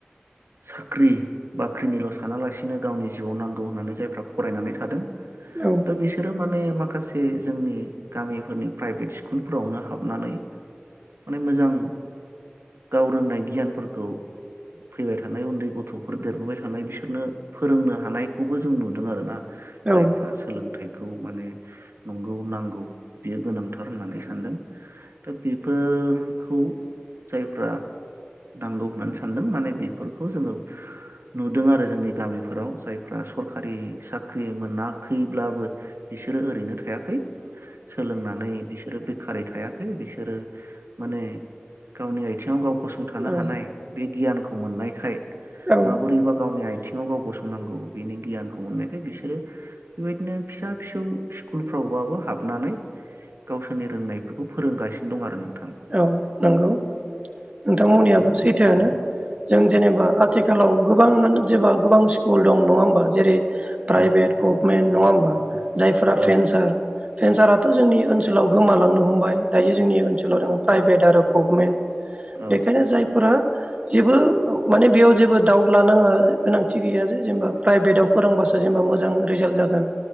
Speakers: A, on the right; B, on the right.
A: साख्रि बाख्रिनिल' सानालासिनो गावनि जिउआव नांगौ होननानै जायफ्रा फरायनानै थादों
B: नंगौ
A: दा बिसोरो माने माखासे जोंनि गामिफोरनि प्राइभेट स्कुलफोरावनो हाबनानै माने मोजां गाव रोंनाय गियानफोरखौ फैबाय थानाय उन्दै गथ'फोर देरबोबाय थानाय बिसोरनो फोरोंनो हानायखौबो जों नुदों आरो ना जायफ्रा
B: औ
A: सोलोंथाइखौ माने नंगौ नांगौ बियो गोनांथार होननानै सानदों दा बेफोरखौ जायफ्रा नांगौ होननानै सानदों माने बेफोरखौ जोङो नुदों आरो जोंनि गामिफोराव जायफ्रा सरखारि साख्रि मोनाखैब्लाबो बि बिसोरो ओरैनो थायाखै सोलोंनानै बिसोरो बेखारै थायाखै बिसोरो माने गावनि आथिङाव गाव गसंथानो
B: औ
A: हानाय बे गियानखौ मोननायखाय
B: औ
A: माबोरैबा गावनि आथिंङाव गाव गसं नांगौ बिनि गियानखौ मोननायखाय बिसोरो बेबायदिनो फिसा फिसौ स्कुलफ्रावबाबो हाब नानै गावसोरनि रोंनायफोरखौ फोरोंगासिनो दं आरो नोंथां
B: औ नंगौ नोंथांमोननियाबो सैथोआनो। जों जेनेबा आथिखालाव गोबाङानो जेबा गोबां स्कुल दं नङा होमबा जेरै प्राइभेट
A: औ
B: गभमेन्ट नङा होमबा जायफोरा
A: औ
B: फेनसार फेनसारा थ' जोंनि ओनसोलाव गोमालांनो हमबाय दायो जोंनि ओनसोलाव दङ प्राइभेट आरो गभमेन्ट।
A: औ
B: बेखायनो जायफोरा जेबो माने बेयाव जेबो डाउद लानाङा। गोनांथि गैया जे जेनेबा प्राइभेटाव फोरोंबासो जेनेबा मोजां रिजाल्ट जागोन।